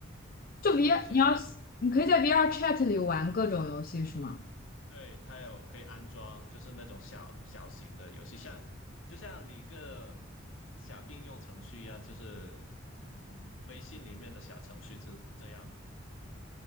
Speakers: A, on the left; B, on the left.
A: 但是其实
B: 就 VR 你要你可以在 VR Chat 里玩各种游戏是吗？
A: 对它有可以安装，就是那种小小型的游戏，像就像你一个小应用程序一样，就是嗯，微信里面的小程序这这样的。